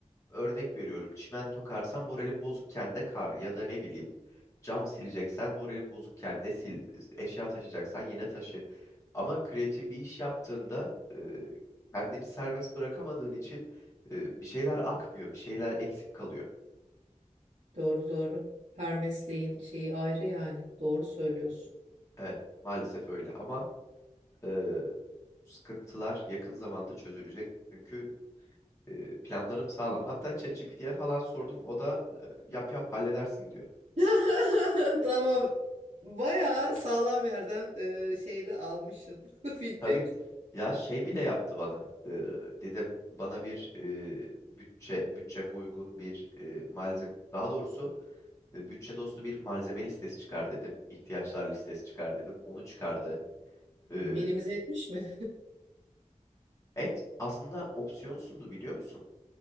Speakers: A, on the left; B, on the right.
A: Örnek veriyorum çimento karsan moralim bozukken de kar ya da ne bileyim cam sileceksen moralim bozukken de sil, eşya taşıyacaksan yine taşı. Ama kreatif bir iş yaptığında e, kendini serbest bırakamadığın için e, bir şeyler akmıyor, bir şeyler eksik kalıyor.
B: Doğru doğru. Her mesleğin şeyi ayrı yani. Doğru söylüyorsun.
A: Evet maalesef öyle ama e, sıkıntılar yakın zamanda çözülecek. Çünkü e, planlarım sağlam. Hatta ChatGPT'ye ye falan sordum. O da e, yap yap halledersin diyor.
B: <laughs> Tamam. Bayağı sağlam yerden e, şeyde almışsın <laughs> feedback.
A: Tabii ya şey bile yaptı bana. Ee, dedim bana bir e, bütçe bütçeme uygun bir e, malzeme daha doğrusu e, bütçe dostu bir malzeme listesi çıkar dedim. İhtiyaçlar listesi çıkar dedim. Onu çıkardı. Ee,
B: Minimize etmiş mi?
A: et aslında opsiyon sundu biliyor musun?